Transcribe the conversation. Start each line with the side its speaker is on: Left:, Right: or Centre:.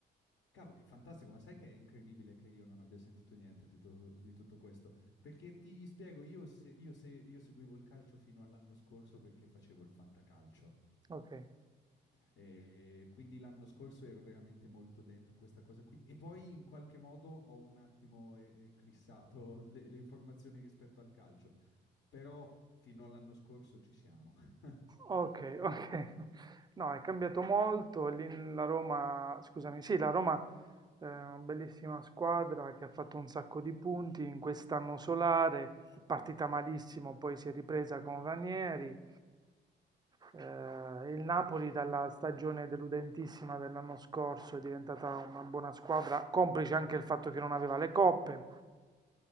Left: Cavoli, fantastico, ma sai che è incredibile che io non abbia sentito niente di, tu- di tutto questo? Perché ti spiego, io, se- io se- io seguivo il calcio fino all'anno scorso perché facevo il fantacalcio.
Right: Okay.
Left: E quindi l'anno scorso ero veramente molto dentro questa cosa qui. E poi in qualche modo ho un attimo e- eclissato le le informazioni rispetto al calcio. Però fino all'anno scorso ci siamo. <laughs>
Right: Okay, <laughs> okay. No, è cambiato molto. Lì la Roma, scusami, sì, la Roma è una bellissima squadra che ha fatto un sacco di punti in quest'anno solare, è partita malissimo, poi si è ripresa con Ranieri. Eh, il Napoli dalla stagione deludentissima dell'anno scorso è diventata una buona squadra, complice anche il fatto che non aveva le coppe.